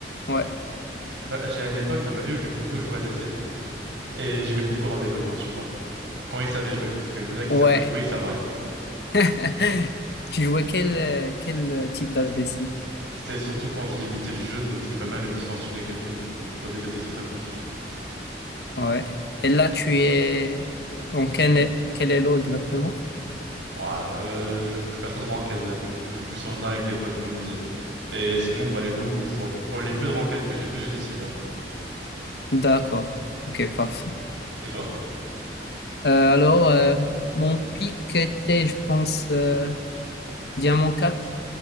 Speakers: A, on the left (about 60°); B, on the right (about 85°).
A: Ouais,
B: Bah, j'ai une époque dans ma vie où j'ai beaucoup joué A D C et j'aimais beaucoup avoir des Luna en support. Quand ils savaient jouer, parce que les Luna qui
A: ouais.
B: savent pas jouer, ils servent à rien.
A: <laughs> Tu jouais quel euh, quel type d'ADC?
B: C'était surtout quand je débutais le jeu, donc je jouais pas mal le Miss Fortune et Caitlyn, donc pas des A D C très compliqués.
A: Ouais. Et là, tu es dans quel quel elo exactement?
B: Ouais, euh, je joue plus- pas trop de ranked honnêtement, je joue plus en avec des potes pour m'amuser. Et sinon, bah les loups, genre, quand les peu de ranked que j'ai fait, j'étais silver.
A: D'accord. Ok, parfait.
B: Et toi?
A: Euh, alors, euh, mon pic était, je pense, euh, Diamant 4.